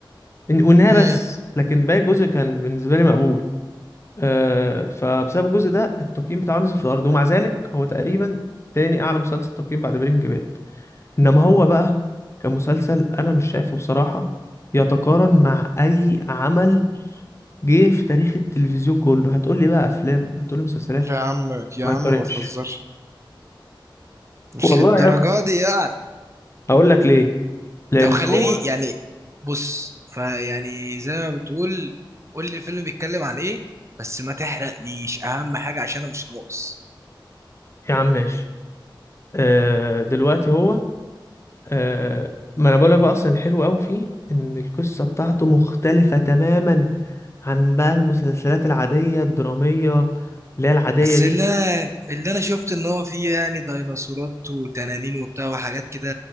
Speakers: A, on the left; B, on the right.
A: إن- والنهايه
B: امم
A: بس لكن باقي الجزء كان بالنسبه لي مقبول آه، فبسبب الجزء ده التقييم بتاعه نزل في الارض ومع ذلك هو تقريبا تاني اعلى مسلسل تقييم بعد برينج باد انما هو بقى كمسلسل انا مش شايفه بصراحة يتقارن مع اي عمل جه في تاريخ التلفزيون كله هتقول لي بقى افلام هتقول لي مسلسلات
B: يا عم يا
A: ما
B: عم
A: يقارنش
B: ما تهزرش مش
A: والله
B: للدرجة
A: يا ابني
B: دي يعني
A: اقول لك ليه لان
B: طب خليني
A: هو
B: يعني بص فيعني زي ما بتقول قول لي الفيلم بيتكلم عن ايه بس ما تحرقليش اهم حاجه عشان انا مش ناقص
A: يا عم ماشي آه، دلوقتي هو آه ما انا بقولك بقى اصلا الحلو قوي فيه ان القصه بتاعته مختلفه تماما عن بقى المسلسلات العاديه الدراميه اللي هي العاديه
B: بس
A: دي
B: اللي انا اللي انا شفت ان هو فيه يعني ديناصورات وتنانين وبتاع وحاجات كده